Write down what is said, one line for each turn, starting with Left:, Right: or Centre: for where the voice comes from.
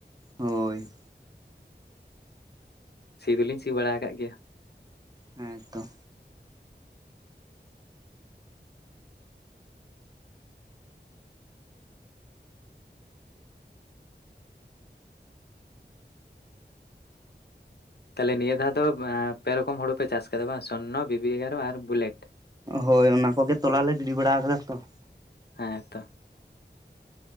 Right: ᱦᱚᱭ
Left: ᱥᱤ ᱫᱚᱞᱤᱧ ᱥᱤ ᱵᱟᱲᱟ ᱟᱠᱟᱫ ᱜᱮᱭᱟ ᱾
Right: ᱦᱮᱸᱛᱚ
Left: ᱛᱟᱦᱞᱮ ᱱᱤᱭᱟᱹ ᱫᱷᱟᱣ ᱫᱚ ᱯᱮ ᱨᱚᱠᱚᱢ ᱦᱩᱲᱩ ᱯᱮ ᱪᱟᱥ ᱟᱠᱟᱫᱟ ᱵᱟᱝ ᱥᱚᱨᱱᱚ, ᱵᱤᱵᱤ ᱮᱜᱟᱨᱚ ᱟᱨ ᱵᱩᱞᱮᱴ ᱾
Right: ᱦᱚᱭ ᱚᱱᱟ ᱠᱚᱜᱮ ᱛᱚᱞᱟ ᱞᱮ ᱜᱤᱰᱤ ᱵᱟᱲᱟ ᱟᱠᱟᱫᱟ ᱛᱚ ᱾
Left: ᱦᱮᱸ ᱛᱚ